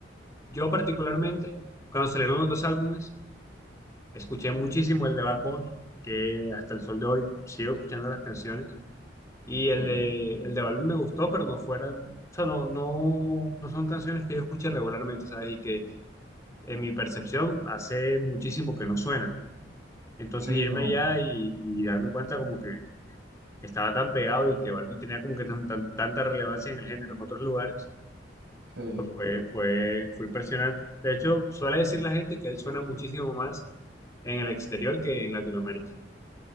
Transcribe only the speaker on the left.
yo particularmente, cuando salieron los dos álbumes, escuché muchísimo el de Bad Bunny, que hasta el sol de hoy sigo escuchando las canciones. Y el
de, el de Bad Bunny me gustó, pero no fueran, o sea, no, no, no son canciones que yo escuche regularmente, ¿sabes? Y que en mi percepción hace muchísimo que no suenan. Entonces
irme
allá y, y darme cuenta como que estaba tan pegado y que Balvin tenía como que tan, tan- tanta relevancia en el género en otros lugares,
pues fue, fue, fue impresionante. De hecho, suele decir la gente que él suena muchísimo más en el exterior que en Latinoamérica.